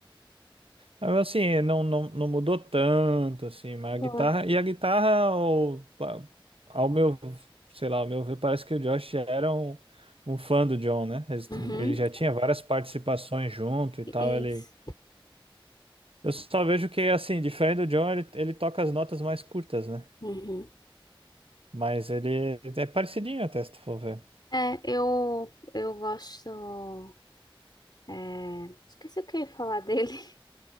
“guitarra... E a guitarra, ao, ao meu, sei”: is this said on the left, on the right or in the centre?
Right